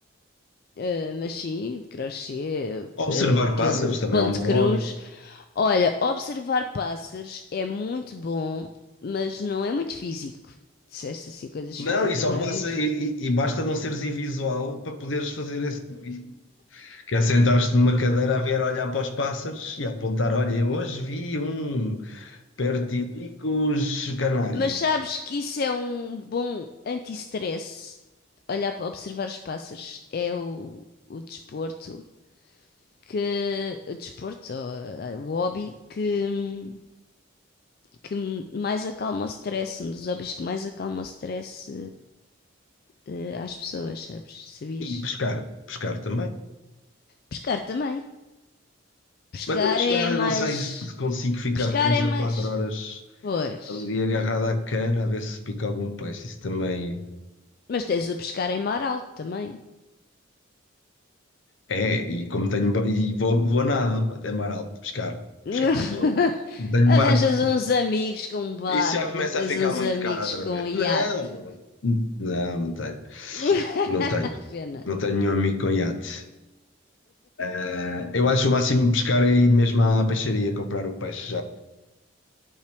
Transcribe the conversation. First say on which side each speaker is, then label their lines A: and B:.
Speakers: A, on the left; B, on the left.
A: Ah, mas sim, crochê,
B: Observar
A: ah, aquele
B: pássaros também
A: ponto
B: é um bom
A: de cruz.
B: hobby.
A: Olha, observar pássaros é muito bom, mas não é muito físico. Disseste assim, coisas
B: Não,
A: físicas
B: e só
A: não é
B: passa
A: muito
B: e,
A: físico.
B: e- e basta não seres invisual para poderes fazer esse hobby. Que é sentar-te numa cadeira a ver, olhar para os pássaros e apontar, olha, eu hoje vi um pertilicus canário.
A: Mas sabes que isso é um bom anti-stress? Olhar para observar os pássaros é o, o desporto que o desporto, ou, eh, o hobby que, que mais acalma o stress, um dos hobbies que mais acalma o stress eh, às pessoas, sabes? Sabias?
B: E pescar, pescar também.
A: Pescar também. Pescar
B: Mas eu pescar,
A: é
B: eu
A: mais.
B: não sei se consigo ficar
A: Pescar
B: três
A: é mais.
B: ou quatro horas
A: Pois.
B: ali agarrado à cana a ver se pica algum peixe. Isso também
A: Mas tens o pescar em mar alto também.
B: é, e como tenho, ba- e vou, vou a nado até mar alto pescar.
A: <laughs>
B: Não, não tenho
A: Arranjas
B: barco.
A: uns amigos com um barco,
B: Isso já começa
A: não tens
B: a ficar
A: uns
B: muito
A: amigos
B: caro outra
A: com
B: vez.
A: um iate.
B: Não, não, não tenho.
A: <laughs>
B: Não tenho.
A: Pena.
B: Não tenho nenhum amigo com iate. Ah, Eu acho o máximo pescar é ir mesmo à peixaria comprar o peixe já.